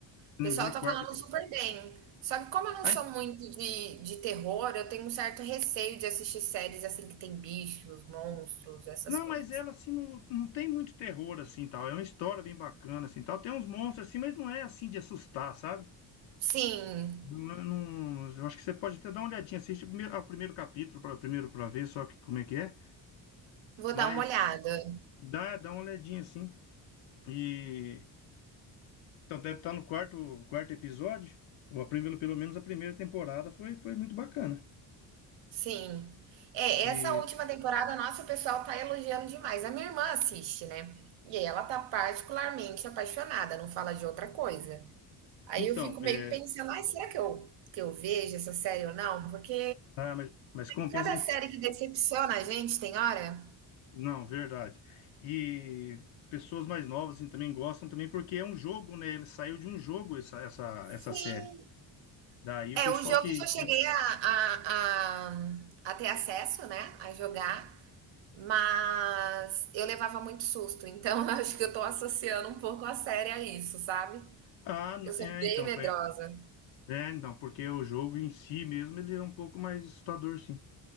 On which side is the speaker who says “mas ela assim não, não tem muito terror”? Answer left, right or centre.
Left